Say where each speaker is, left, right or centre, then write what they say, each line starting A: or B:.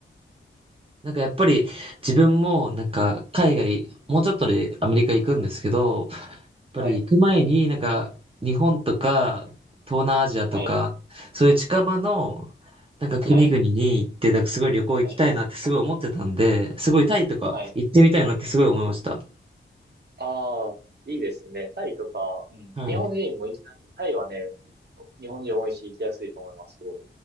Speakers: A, on the right; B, on the right.
A: なんかやっぱり自分もなんか海外、もうちょっとでアメリカ行くんですけど、やっぱり行く前になんか日本とか東南アジアとか、
B: はい。はい。
A: そういう近場のなんか国々に行って、
B: はい。
A: なんかすごい旅行行きたいなってすごい思ってたんで、
B: はい。
A: すごいタイとか行ってみたいなってすごい思いました。
B: はい。ああ、いいですね。タイとか、うん。
A: はい。
B: 日本人も行きなんで、タイはね、日本人多いし行きやすいと思います、すごい。